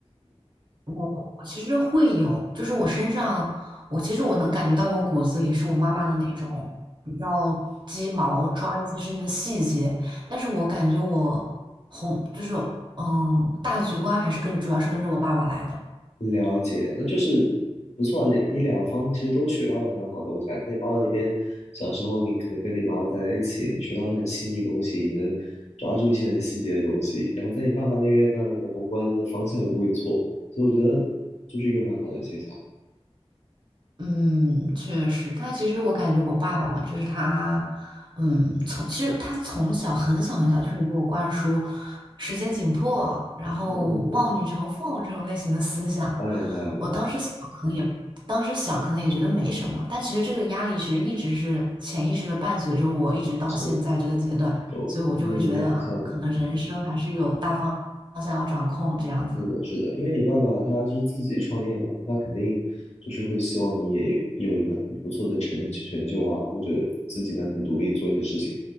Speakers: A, on the right; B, on the left.
A: 我我其实会有，就是我身上，我其实我能感觉到我骨子里是我妈妈的那种比较鸡毛，抓一些事情的细节，但是我感觉我红就是嗯大局观还是跟主要是跟着我爸爸来的，
B: 了解，那就是不错啊，你你两方其实都学到了很好的东西啊。在你妈妈那边，小时候你可能跟你妈妈待在一起，你学到了很细腻的东西，你能抓住一些很细节的东西。然后在你爸爸那边呢，你的宏观的方向又不会错，所以我觉得就是一个很好的现象。
A: 嗯，确实，但其实我感觉我爸爸嘛，就是他，嗯，从其实他从小很小很小就会给我灌输时间紧迫，
B: 嗯
A: 然后望女成凤这种类型的思想。
B: 嗯嗯，当然当然了，
A: 我当时小可能也，当时小可能也觉得没什么，但其实这个压力其实一直是潜意识的伴随着我，一直到现在这个阶段，
B: 是有和你还挺像的。
A: 所以我就会觉得啊，可能人生还是有大方方向要掌控这样子。
B: 是的，是的，因为你爸爸他是自己创业嘛，那他肯定就是会希望你也有一很不错的成成就啊，或者自己能很独立做一些事情。